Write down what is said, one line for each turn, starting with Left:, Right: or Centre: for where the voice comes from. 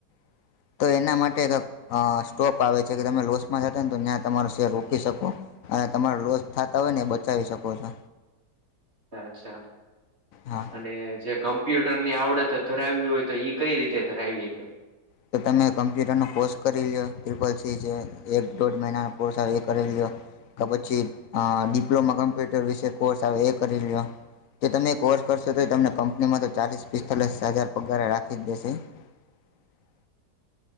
Left: <inaudible> તો એના માટે એક સ્ટોક આવે છે કે તમે લોસમાં જતા ને તો ત્યાં તમારો શેર રોકી શકો અને તમારો લોસ થતા હોય ને એ બચાવી શકો છો
Right: અચ્છા
Left: હા
Right: અને જે કં કોમ્પ્યુટર ની આવડત ધરાવી હોય તો ઈ કઈ રીતે ધરાવીએ
Left: તો તમે કમ્પ્યુટરનો કોર્સ કરી લ ટ્રિપલ સી છે એક દોઢ મહિનાનો કોર્સ આવે એ કરી લ્યો કે પછી ડિપ્લોમા કોમ્પ્યુટર વિશે કોર્સ આવે એ કરી લ્યો જો તમે કોર્સ કરશો તો તમને કંપનીમાં તો ચાલીસ પિસ્તાલીસ હજાર પગાર રાખી જ દેશે <unintelligible>